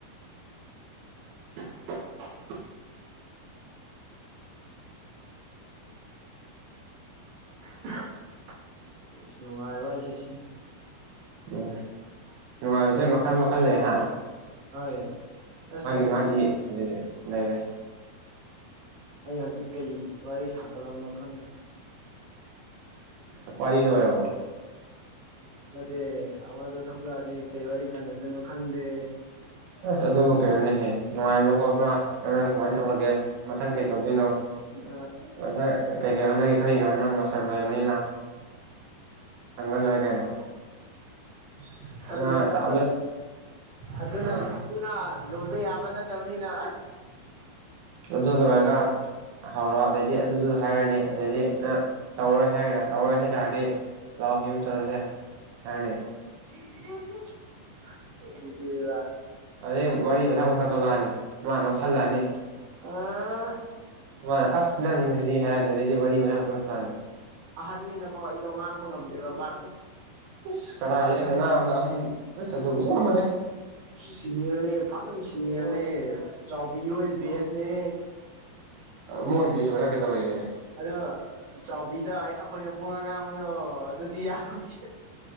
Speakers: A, on the right; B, on the right.
A: <inaudible>
B: <unintelligible> ꯅꯨꯡꯉꯥꯏꯕ ꯍꯥꯏꯁꯦ ꯁꯤ
A: ꯍꯣꯏ ꯅꯨꯡꯉꯥꯏꯕꯁꯦ
B: ꯇꯜꯂꯦ
A: ꯃꯈꯜ ꯃꯈꯜ ꯂꯩ ꯍꯥꯏ
B: ꯍꯣꯏ ꯍꯧꯖꯤꯛ
A: ꯃꯥꯒꯤ ꯂꯩꯖꯦ ꯂꯩꯔꯦ
B: ꯑꯩ ꯍꯧꯖꯤꯛ ꯀꯩ ꯋꯥꯔꯤ ꯁꯥꯀꯗꯕꯅꯣ ꯈꯪꯗ꯭ꯔꯦ
A: <inaudible> ꯋꯔꯤ ꯂꯣꯏꯔꯕꯣ
B: ꯅꯠꯇꯦ ꯑꯃꯗꯣ ꯊꯣꯛꯂꯛ ꯑꯗꯤ ꯀꯩ ꯋꯥꯔꯤ ꯁꯥꯟꯅꯗꯣꯏꯅꯣ ꯈꯪꯗꯦ꯫
A: ꯑꯁ ꯑꯗꯨꯕꯨ ꯀꯩꯅꯣꯅꯦꯍꯦ ꯅꯨꯡꯉꯥꯏꯕ꯭ꯔꯥ ꯈꯣꯠꯄ꯭ꯔꯥ꯫ ꯅꯪ ꯀꯃꯥꯏꯅ
B: ꯑ
A: ꯇꯧꯔꯒꯦ ꯃꯊꯪ ꯀꯩ ꯇꯧꯗꯣꯏꯅꯣ
B: ꯎꯝ
A: ꯃꯊꯪ ꯀꯩꯀꯩ ꯍꯣꯠꯅꯒꯦ ꯈꯜꯂꯤꯅꯣ ꯅꯪ ꯃꯥꯁ ꯔꯣꯏꯔꯕꯅꯤꯅ꯫ ꯍꯪ ꯉ ꯂꯣꯏꯔꯦ ꯀꯩꯅꯣ꯫
B: ꯑꯁ ꯈꯪꯗꯦꯗ
A: ꯅꯪ ꯑꯝꯇ
B: ꯑꯗꯣ꯫ ꯑꯗꯨꯅ
A: ꯑꯥ
B: <unintelligible> ꯑꯗꯨꯅ꯫ ꯂꯣꯏꯕ ꯌꯥꯕ ꯅꯠꯇꯕꯅꯤ ꯅ ꯑꯁ꯫
A: ꯑꯗꯨ ꯂꯣꯏꯔꯒ꯫ ꯍꯧꯔꯣ ꯑꯗꯩꯗꯤ ꯑꯗꯨꯗꯨ ꯍꯥꯏꯔꯅꯤ ꯑꯗꯩꯗꯤ ꯅꯪ ꯇꯧꯔꯣꯏ ꯍꯥꯏꯔꯒꯅ ꯇꯧꯔꯣꯏ ꯍꯥꯏꯇꯥꯔꯗꯤ꯫ ꯂꯥꯛꯑꯣ ꯌꯨꯝ ꯆꯠꯂꯁꯦ ꯍꯥꯏꯔꯅꯤ꯫
B: <unintelligible> ꯑꯩꯗꯤꯕ꯫
A: ꯑꯗꯨꯗꯩ ꯋꯥꯔꯤ ꯃꯊꯪ ꯃꯊꯪ꯫ ꯊꯣꯛꯂꯛꯑꯅꯤ ꯃꯥ ꯅꯣꯛꯁꯜꯂꯛꯑꯅꯤ꯫
B: ꯑꯥ꯫
A: ꯃꯥꯅ ꯑꯁ ꯅꯪꯁꯤꯗꯤ ꯍꯥꯏꯔꯛꯑꯅꯤ ꯑꯗꯨꯗꯩꯗꯤ ꯋꯥꯔꯤ ꯃꯊꯪ ꯃꯊꯪ ꯁꯥꯔꯅꯤ꯫
B: ꯑꯍꯟꯅꯤꯅꯀꯣ ꯑꯩꯗꯣ ꯉꯥꯡꯕ ꯉꯝꯗꯦꯕ ꯄꯥꯛ꯫
A: ꯑꯁ ꯀꯗꯥꯏꯗꯩ
B: ꯑꯥꯗꯩ
A: ꯑꯩꯅ ꯉꯥꯡꯕ ꯑꯍꯟ ꯑꯁ ꯑꯗꯨꯕꯨ ꯆꯞ ꯃꯥꯟꯅꯩ
B: ꯁꯤꯅꯤꯌꯔꯅꯦ ꯐꯖꯅ ꯁꯤ ꯁꯤꯅꯤꯌꯔꯅꯦ ꯆꯥꯎꯕꯤꯑꯣꯏ ꯕꯦꯁꯅꯦ꯫
A: ꯃꯣꯏ ꯕꯦꯁ ꯑꯣꯏꯔꯒ꯫ <unintelligible>
B: ꯑꯗꯣ ꯆꯥꯎꯕꯤꯗ ꯑꯩꯈꯣꯏꯅ ꯄꯨꯡꯉꯥꯡ ꯉꯥꯡꯕꯗꯣ ꯑꯗꯨꯗꯤ ꯌꯥꯔꯣꯏ꯫